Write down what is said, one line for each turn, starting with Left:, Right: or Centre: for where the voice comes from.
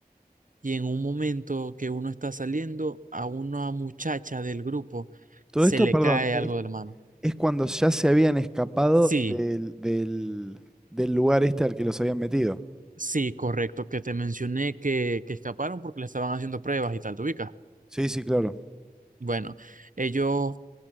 Right: Y en un momento que uno está saliendo, a una muchacha del grupo
Centre: Todo
Right: se
Centre: esto,
Right: le
Centre: perdón.
Right: cae algo de la mano.
Centre: es cuando ya se habían escapado
Right: Sí,
Centre: del, del, del lugar este al que los habían metido.
Right: sí, correcto, que te mencioné que, que escaparon porque le estaban haciendo pruebas y tal, ¿te ubicas?
Centre: Sí, sí, claro.
Right: Bueno, ellos